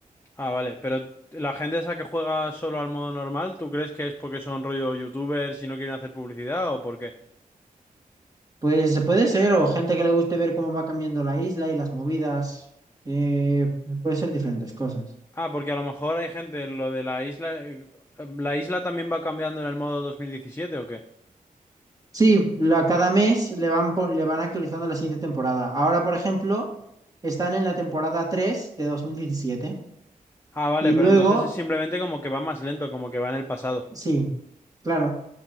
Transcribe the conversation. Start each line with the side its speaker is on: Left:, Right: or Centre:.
Left: Ah, vale. Pero la gente esa que juega solo al modo normal, ¿tú crees que es porque son rollo youtubers y no quieren hacer publicidad o por qué?
Right: Pues puede ser, o gente que le guste ver cómo va cambiando la isla y las movidas. eh, puede ser diferentes cosas.
Left: Ah, porque a lo mejor hay gente, lo de la isla... eh, ¿La isla también va cambiando en el modo 2017 o qué?
Right: Sí, lo- cada mes le van, pon- le van actualizando la siguiente temporada. Ahora, por ejemplo, están en la temporada 3 de dos mil diecisiete
Left: Ah, vale,
Right: Y luego,
Left: pero entonces es simplemente como que va más lento, como que va en el pasado.
Right: sí, claro.